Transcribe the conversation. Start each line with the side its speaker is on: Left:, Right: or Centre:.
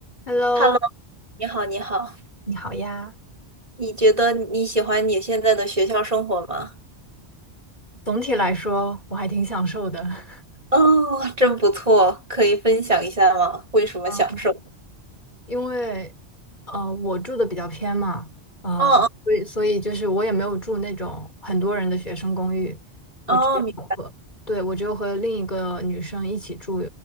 Left: Hello，
Right: Hello，你好，你好。
Left: 你好呀，
Right: 你觉得你喜欢你现在的学校生活吗？
Left: 总体来说我还挺享受的，<laughs>
Right: 哦，真不错，可以分享一下吗？为什么享受？
Left: 嗯，因为呃我住的比较偏嘛，呃，
Right: 哦哦
Left: 所以所以就是我也没有住那种很多人的学生公寓，我只有和，
Right: 哦，明
Left: 对，我只有和另一个女生一起住，